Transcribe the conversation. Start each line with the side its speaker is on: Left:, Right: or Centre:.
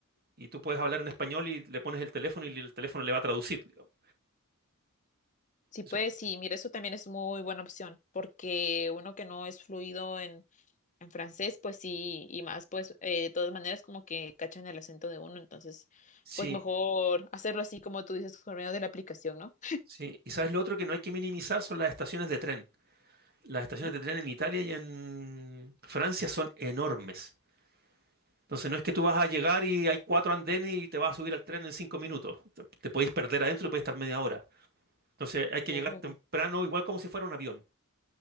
Right: y tú puedes hablar en español y le pones el teléfono y el teléfono le va a traducir, digamos.
Left: Sí,
Right: Eso-
Left: pues sí, mira, eso también es muy buena opción, porque uno que no es fluido en en francés, pues sí, y más, pues eh, de todas maneras como que cachan el acento de uno, entonces,
Right: sí,
Left: pues mejor hacerlo así como tú dices, por medio de la aplicación, ¿no?
Right: sí. Y sabes lo otro que no hay que minimizar son las estaciones de tren. las estaciones
Left: Ujú.
Right: de tren en Italia y en Francia son enormes. Entonces no es que tú vas a llegar y hay cuatro andenes y te vas a subir al tren en cinco minutos. Te, te podéis perder adentro y podéis estar media hora. Entonces hay que
Left: Oh.
Right: llegar temprano, igual como si fuera un avión.